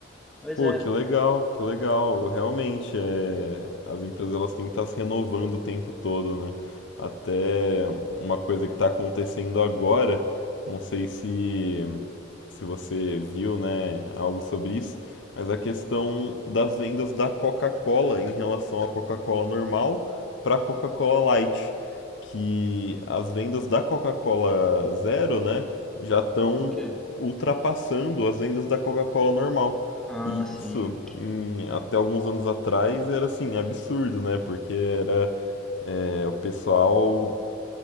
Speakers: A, in the centre; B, on the left (about 70°).
A: Mas
B: Pô,
A: é,
B: que legal, que legal. Realmente, é, as empresas elas têm que estar se renovando o tempo todo, né? Até uma coisa que está acontecendo agora, não sei se, se você viu, né, algo sobre isso, mas a questão das vendas da Coca-Cola em relação à Coca-Cola normal para a Coca-Cola Light, que as vendas da Coca-Cola Zero, né, já estão
A: O quê?
B: ultrapassando as vendas da Coca-Cola normal.
A: ah,
B: E
A: sim,
B: isso, em- até alguns anos atrás, era assim, absurdo, né? Porque era, é, o pessoal